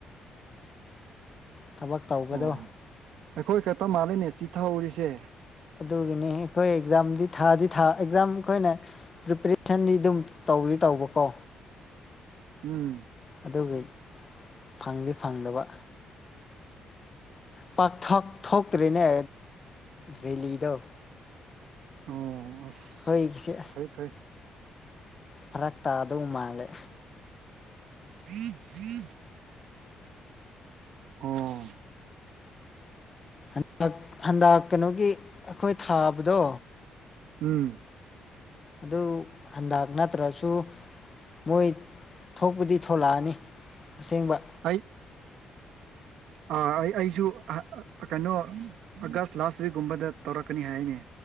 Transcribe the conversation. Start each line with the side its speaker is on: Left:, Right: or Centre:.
Left: ꯊꯕꯛ ꯇꯧꯕꯗꯣ
Right: ꯑꯣ ꯑꯈꯣꯏ ꯈꯠꯇ ꯃꯥꯜꯂꯦꯅꯦ ꯆꯤꯠꯊꯍꯧꯔꯤꯁꯦ
Left: ꯑꯗꯨꯒꯤꯅꯦ ꯑꯩꯈꯣꯏ ꯑꯦꯛꯖꯥꯝꯗꯤ ꯊꯥꯗꯤ ꯊꯥ ꯑꯦꯛꯖꯥꯝ ꯑꯈꯣꯏꯅ ꯄ꯭ꯔꯤꯄꯦꯔꯦꯁꯟꯗꯤ ꯗꯨꯝ ꯇꯧꯗꯤ ꯇꯧꯕꯀꯣ
Right: ꯎꯝ
Left: ꯑꯗꯨꯒꯤ ꯐꯪꯗꯤ ꯐꯪꯗꯕ ꯄꯥꯛꯊꯣꯛ ꯊꯣꯛꯇ꯭ꯔꯦꯅꯦ ꯔꯦꯂꯤꯗꯣ
Right: ꯑꯣ ꯑꯁ
Left: ꯑꯩꯈꯣꯏꯒꯤꯁꯦ
Right: ꯐꯩ ꯐꯩ
Left: ꯐꯥꯔꯛ ꯇꯥꯗꯧ ꯃꯥꯜꯂꯦ
Right: <unintelligible> ꯑꯣ
Left: ꯍꯟꯗꯛ ꯍꯟꯗꯛ ꯀꯩꯅꯣꯒꯤ ꯑꯈꯣꯏ ꯊꯥꯕꯗꯣ
Right: ꯎꯝ
Left: ꯑꯗꯨ ꯍꯥꯟꯗꯛ ꯅꯠꯇ꯭ꯔꯁꯨ ꯃꯣꯏ ꯊꯣꯛꯄꯨꯗꯤ ꯊꯣꯛꯂꯛꯑꯅꯤ ꯑꯁꯦꯡꯕ
Right: ꯑꯩꯠ ꯑꯥ ꯑꯩ ꯑꯩꯖꯨ ꯍ ꯀꯩꯅꯣ ꯑꯥꯒꯁ ꯂꯥꯁ ꯋꯤꯛꯀꯨꯝꯕꯗ ꯇꯧꯔꯛꯀꯅꯤ ꯍꯥꯏꯅꯦ